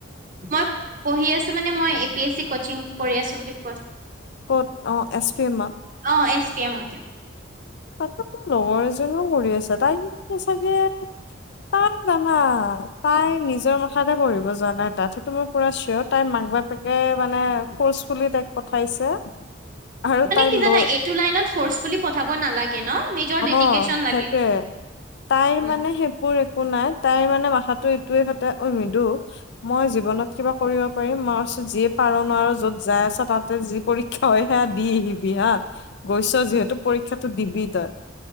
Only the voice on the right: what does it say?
মই পঢ়ি আছোঁ মানে A P S C coaching কৰি আছোঁ বুলি।
অহ ', এছ কে মতে
মানে
কি জান
এইটো লাইনত ফৰ্ছফুলী চাব নালাগে ন নিজৰ
ডেডিকেচন লাগে।
উম,